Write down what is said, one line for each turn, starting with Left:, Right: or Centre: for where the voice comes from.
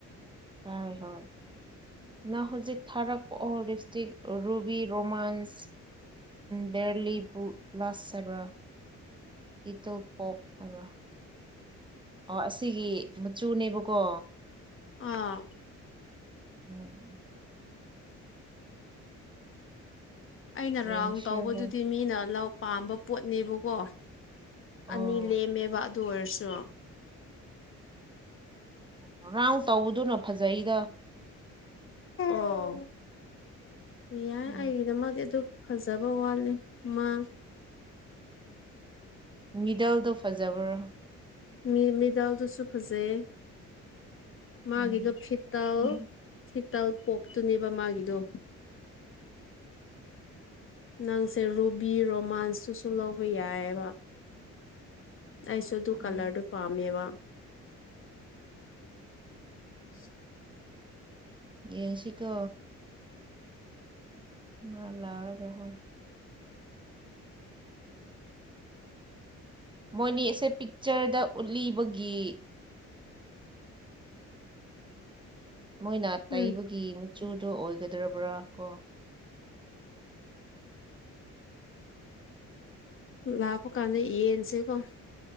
Right: ꯑ ꯍꯣꯏ ꯅꯪ ꯍꯧꯖꯤꯛ ꯊꯥꯔꯛꯄ ꯑꯣ ꯂꯤꯞꯁꯇꯤꯛ ꯔꯨꯕꯤ ꯔꯣꯃꯥꯟꯁ ꯕꯦꯔꯂꯤꯕꯨ ꯕ꯭ꯂꯥꯁ ꯍꯥꯏꯕ꯭ꯔꯥ ꯂꯤꯇꯜ ꯄꯣꯞ ꯍꯥꯏꯕ꯭ꯔꯥ ꯑꯣ ꯑꯁꯤꯒꯤ ꯃꯆꯨꯅꯦꯕꯀꯣ
Left: ꯑꯥ
Right: ꯎꯝ
Left: ꯑꯩꯅ
Right: ꯌꯦꯡꯁꯦ
Left: ꯔꯥꯎꯟ ꯇꯧꯕꯗꯨꯗꯤ
Right: ꯍꯣꯏ
Left: ꯃꯤꯅ ꯂꯧ ꯄꯥꯝꯕ ꯄꯣꯠꯅꯦꯕꯀꯣ
Right: ꯑꯣ
Left: ꯑꯅꯤ ꯂꯦꯝꯃꯦꯕ ꯑꯗꯨ ꯑꯣꯏꯔꯁꯨ
Right: ꯑꯣ ꯔꯥꯎꯟ ꯇꯧꯕꯗꯨꯅ ꯐꯖꯩꯗ
Left: ꯑꯣ ꯌꯥ
Right: ꯎꯝ
Left: ꯑꯩꯒꯤꯗꯃꯛꯗꯤ ꯑꯗꯨ ꯐꯖꯕ ꯋꯥꯠꯂꯦ ꯃꯥ
Right: ꯃꯤꯗꯜꯗꯣ ꯐꯖꯕꯔꯣ
Left: ꯃꯤ ꯃꯤꯗꯥꯜꯗꯨꯁꯨ ꯐꯖꯩ ꯃꯥꯒꯤꯗꯤ
Right: ꯎꯝ
Left: ꯐꯤꯇꯥꯜ
Right: ꯎꯝ
Left: ꯐꯤꯠ ꯇꯜ ꯄꯣꯞꯇꯨꯅꯦꯕ ꯃꯥꯒꯤꯗꯣ ꯅꯪꯁꯦ ꯔꯨꯕꯤ ꯔꯣꯃꯥꯟꯁꯇꯨꯁꯨ ꯂꯧꯕ ꯌꯥꯏꯑꯦꯕ ꯑꯩꯁꯨ ꯑꯗꯨ
Right: ꯎꯝ
Left: ꯀꯂꯔꯗꯨ ꯄꯥꯝꯃꯦꯕ <inaudible>
Right: ꯌꯦꯡꯁꯤꯀꯣ ꯃꯥ ꯂꯥꯎꯔꯒ ꯍꯣꯏ ꯃꯣꯏꯅꯤꯁꯦ ꯄꯤꯛꯆꯔꯗ ꯎꯠꯂꯤꯕꯒꯤ ꯃꯣꯏꯅ ꯇꯩꯕꯒꯤ
Left: ꯎꯝ
Right: ꯃꯆꯨꯗꯣ ꯑꯣꯏꯒꯗ꯭ꯔꯕ꯭ꯔꯥ ꯀꯣ
Left: ꯂꯥꯛꯄ ꯀꯥꯟꯗ ꯌꯦꯟꯁꯤꯒꯣ